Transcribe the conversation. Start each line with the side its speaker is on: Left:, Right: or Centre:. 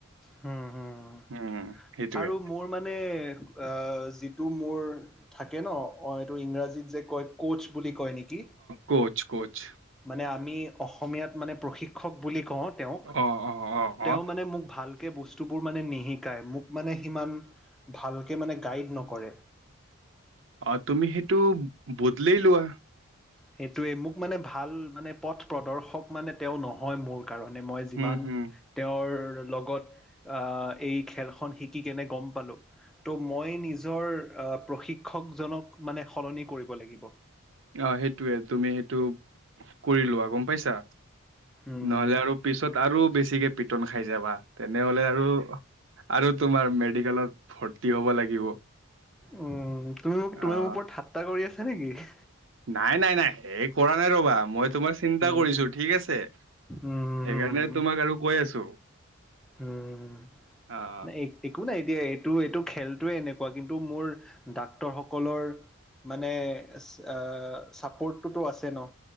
Centre: হুম হুম।
Right: উ'ম। সেইটোৱে।
Centre: আৰু মোৰ মানে অ যিটো মোৰ থাকে ন অ এইটো ইংৰাজীত যে কয় কৌচ বুলি কয় নেকি।
Right: কৌছ কৌছ।
Centre: মানে আমি অসমীয়াত মানে প্ৰশিক্ষক বুলি কওঁ তেওঁক
Right: অ', অ', অ',
Centre: তেওঁ
Right: অ',
Centre: মোক মানে ভাল সেই বস্তুবোৰ মানে নিশিকায় মোক মানে সিমান ভালকে মানে গাইড নকৰে।
Right: অ' তুমি সেইটো বদলেই লোৱা।
Centre: সেইটোৱে মোক মানে ভাল মানে পথ প্ৰদৰ্শক মানে তেওঁ নহয় মোৰ। কাৰণে মই যিমান
Right: হুম, হুম।
Centre: তেওঁৰ লগত আহ এই খেলখন শিকি কেনে গম পালোঁ। ত' মই নিজৰ প্ৰশিক্ষকজনক মানে সলনি কৰিব লাগিব।
Right: অ সেইটোয়ে তুমি সেইটো কৰি লোৱা গম পাইছা।
Centre: উম
Right: নহলে আৰু পিছত আৰু বেছিকে পিঠ পিতন খাই যাবা তেনেহলে আৰু আৰু তোমাৰ মেডিকেলত ভৰ্তি হ'ব লাগিব।
Centre: উ তুমি মোক
Right: অ',
Centre: তুমি মোৰ ওপৰত ঠাট্টাা কৰি আছা নেকি <inaudible>
Right: নাই নাই নাই সেই কৰা নাই ৰ'বা মই তোমাক চিন্তা
Centre: উম
Right: কৰিছো ঠিক আছে।
Centre: উম
Right: সেইকাৰণে তোমাক আৰু কৈ আছো।
Centre: উম
Right: অ',
Centre: ন এক একো নাই এতিয়া এইটো এইটো খেলটোৱে এনেকুৱা কিন্তু মোৰ ডাক্তৰ সকলৰ মানে ছাপৰ্টটোতো আছে ন।